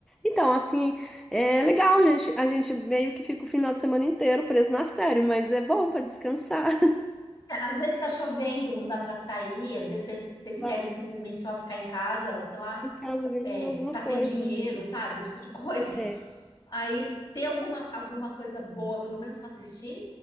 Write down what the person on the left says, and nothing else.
É, Às vezes tá chovendo, não dá para sair, às vezes vocês vocês
querem
simplesmente só ficar em casa, sei lá,
é,
tá
sem dinheiro,
sabe? Esse tipo de coisa. <laughs>
Aí ter alguma, alguma coisa boa, pelo menos para assistir.